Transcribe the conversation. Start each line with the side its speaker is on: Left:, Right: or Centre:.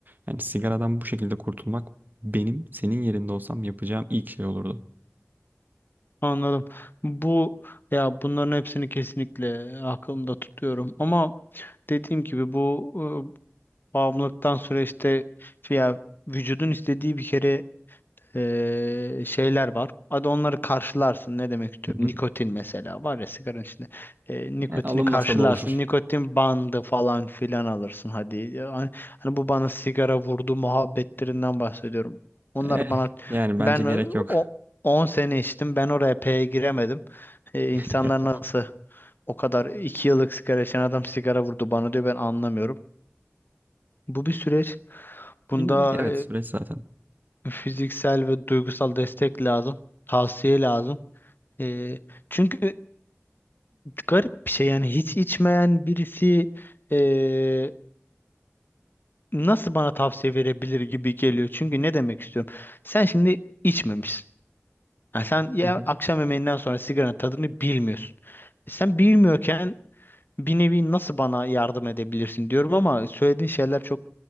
Right: Yani sigaradan bu şekilde kurtulmak benim senin yerinde olsam yapacağım ilk şey olurdu.
Left: Anladım. Bu ya bunların hepsini kesinlikle aklımda tutuyorum ama dediğim gibi bu e, bağımlılıktan süreçte ya vücudun istediği bir kere eee, şeyler var. Hadi onları karşılarsın. Ne demek istiyorum?
Right: Hı hı.
Left: Nikotin mesela var ya sigaranın içinde. Eee, nikotini
Right: E, alınmasa
Left: karşılarsın.
Right: da olur.
Left: Nikotin bandı falan filan alırsın hadi. Yani, hani bu bana sigara vurdu muhabbetlerinden bahsediyorum. Onlar
Right: Eh,
Left: bana
Right: yani bence
Left: ben
Right: gerek
Left: e,
Right: yok.
Left: o 10 sene içtim. Ben oraya P'ye giremedim. E,
Right: <laughs>
Left: insanlar nasıl o kadar 2 yıllık sigara içen adam sigara vurdu bana diyor ben anlamıyorum. Bu bir süreç. Bunda
Right: İlla ki evet süreç zaten.
Left: Fiziksel ve duygusal destek lazım. Tavsiye lazım. Ee, çünkü garip bir şey yani hiç içmeyen birisi ee, nasıl bana tavsiye verebilir gibi geliyor. Çünkü ne demek istiyorum? Sen şimdi içmemişsin. Yani sen ya
Right: Hı hı.
Left: akşam yemeğinden sonra sigaranın tadını bilmiyorsun. E, Sen bilmiyorken bir nevi nasıl bana yardım edebilirsin diyorum ama söylediğin şeyler çok